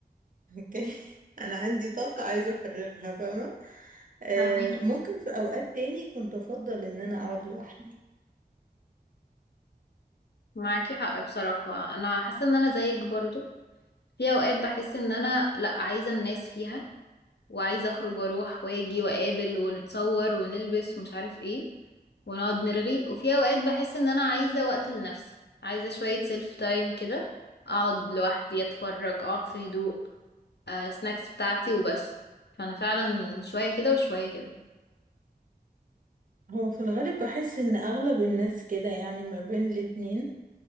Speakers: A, on the right; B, on the left.
A: اوكي <laughs> انا عندي طاقه عايزه افرغها فاهمه آه
B: فاهمكي
A: ممكن في اوقات تاني كنت افضل ان انا اقعد لوحدي
B: معاكي حق بصراحة انا حاسة ان انا زيك برضو في اوقات بحس ان انا لا عايزة الناس فيها وعايزة اخرج واروح واجي واقابل ونتصور ونلبس ومش عارف ايه ونقعد نرغي وفي اوقات بحس ان انا عايزة وقت لنفسي عايزة شوية سيلف تايم كده اقعد لوحدي اتفرج اقعد في هدوء سناكس بتاعتي وبس فانا فعلا شوية كده وشوية كده
A: هو في الغالب بحس ان اغلب الناس كده يعني ما بين الاتنين